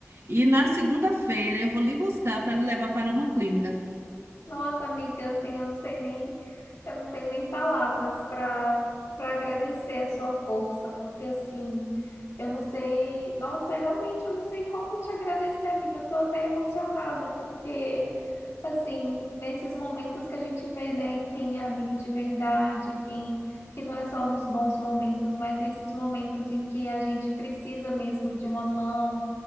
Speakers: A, on the right; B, on the left.
A: E na segunda-feira eu vou lhe buscar para lhe levar para uma clínica.
B: Nossa, amiga, assim, eu não sei nem, eu não tenho nem palavras para para agradecer a sua força, porque assim, eu não sei, nossa, realmente eu não sei como te agradecer, amiga. Eu tô até emocionada, porque assim, nesses momentos que a gente vê, né, quem é amigo de verdade, quem que não é só nos bons momentos, mas nesses momentos em que a gente precisa mesmo de uma mão